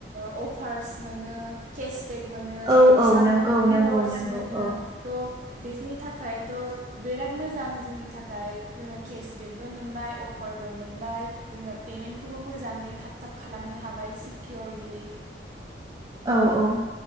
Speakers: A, on the right; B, on the right.
A: ओ अफार्स मोनो केस। बेग मोनो
B: औ
A: फैसा
B: औ नंगौ
A: मोनो रिवार्डस
B: नंगौ नंगौ
A: मोनो
B: औ
A: थ। बेनि थाखायथ बिराद मोजां जोंनि थाखाय जोङो केसबेकबो मोनबाय अफारबो मोनबाय जोङो पेमेन्टखौबो मोजाङै थाब थाब खालामनो हाबाय सिकियरलि।
B: औ
A: थ
B: औ